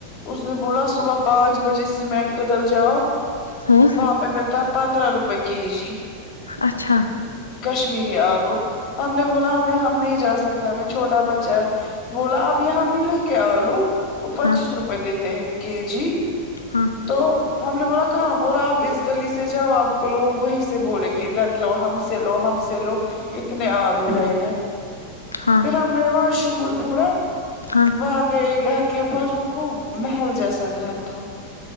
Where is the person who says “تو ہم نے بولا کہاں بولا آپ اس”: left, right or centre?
Left